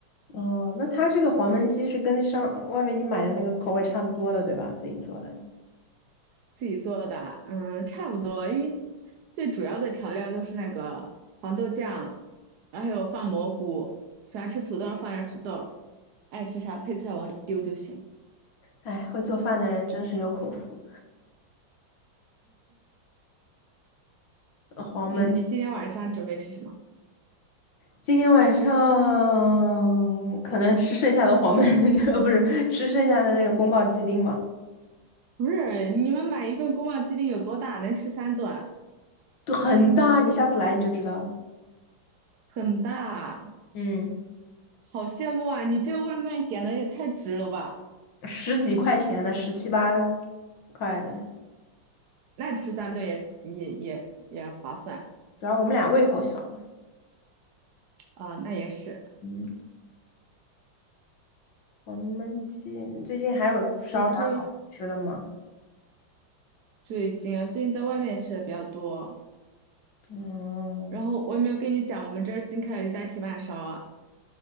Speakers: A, on the left (about 70°); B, on the right (about 60°).
A: 哦，那他这个黄焖鸡是跟上外面你买的那个口味差不多的，对吧？自己做的。
B: 自己做的，嗯，差不多，因为最主要的调料就是那个黄豆酱，然后还有放蘑菇，喜欢吃土豆放点土豆，爱吃啥配菜往里丢就行。
A: 哎，会做饭的人真是有口福。呃黄焖。
B: 你你今天晚上准备吃什么？
A: 今天晚上可能吃剩下的黄焖，<laughs> 呃，不是吃剩下的那个宫保鸡丁吧，
B: 不是，你们买一份宫保鸡丁有多大？能吃三顿啊，
A: 对，很大，你下次来你就知道了。
B: 很大。
A: 嗯，
B: 好羡慕啊！你这个外卖点的也太值了吧？
A: 十几块钱的，十七八块的，
B: 那吃三顿也也也也划算
A: 主要我们俩胃口小嘛。
B: 啊，那也是。
A: 嗯，黄焖鸡，最近还有烧啥好吃的吗？
B: 我这最近啊，最近在外面吃的比较多。
A: 嗯，
B: 然后我有没有跟你讲，我们这儿新开了一家铁板烧啊？